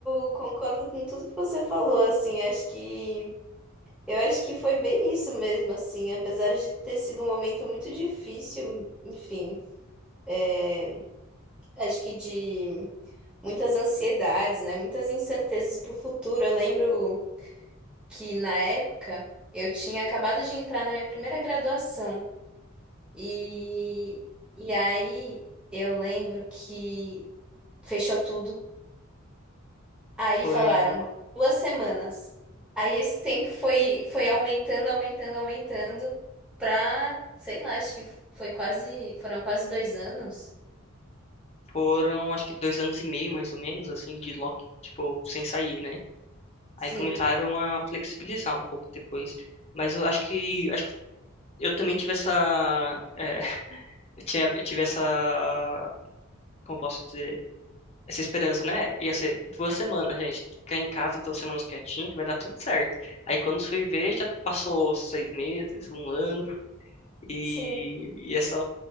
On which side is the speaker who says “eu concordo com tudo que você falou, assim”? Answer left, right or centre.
Centre